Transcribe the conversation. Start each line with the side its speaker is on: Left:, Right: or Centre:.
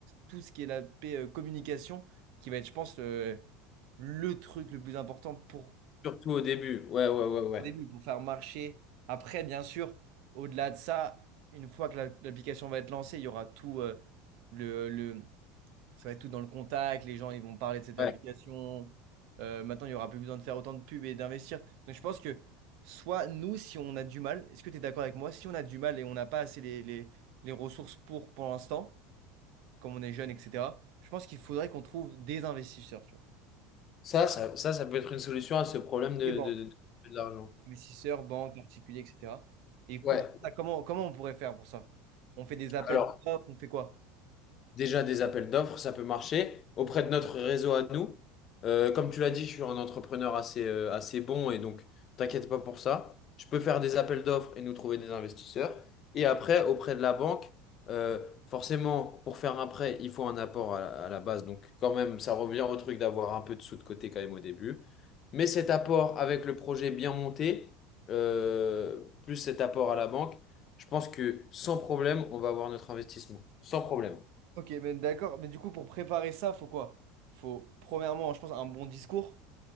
Right: tout ce qui est la P- euh, communication, qui va être, je pense, euh, le truc le plus important pour
Left: Surtout au début. Ouais, ouais, ouais, ouais.
Right: au début, pour faire marcher. Après, bien sûr, au-delà de ça, une fois que la- l'application va être lancée, il y aura tout euh, le, le- ça va être tout dans le contact, les gens ils vont parler de cette
Left: Ouais.
Right: application. Euh, maintenant, il n'y aura plus besoin de faire autant de pubs et d'investir. Donc je pense que soit nous, si on a du mal, est-ce que tu es d'accord avec moi? Si on a du mal et on n'a pas assez les, les, les ressources pour pour l'instant, comme on est jeune, etc., je pense qu'il faudrait qu'on trouve des investisseurs, tu vois.
Left: Ça, ça, ça, ça peut être une solution à ce problème de,
Right: Des banques.
Left: de, de- de l'argent.
Right: Investisseurs, banques, particuliers, etc. Et pour
Left: Ouais.
Right: ça, comment, comment on pourrait faire pour ça? On fait des appels
Left: Alors,
Right: d'offres, on fait quoi?
Left: Déjà, des appels d'offres, ça peut marcher. Auprès de notre réseau à nous, euh, comme tu l'as dit, je suis un entrepreneur assez, euh, assez bon et donc t'inquiète pas pour ça. Je peux faire des appels d'offres et nous trouver des investisseurs. Et après, auprès de la banque, euh, forcément, pour faire un prêt, il faut un apport à la, à la base. Donc, quand même, ça revient au truc d'avoir un peu de sous de côté quand même au début. Mais cet apport avec le projet bien monté, euh, plus cet apport à la banque, je pense que sans problème, on va avoir notre investissement. Sans problème.
Right: Ok, mais d'accord. Mais du coup, pour préparer ça, faut quoi? Faut, premièrement, je pense, un bon discours.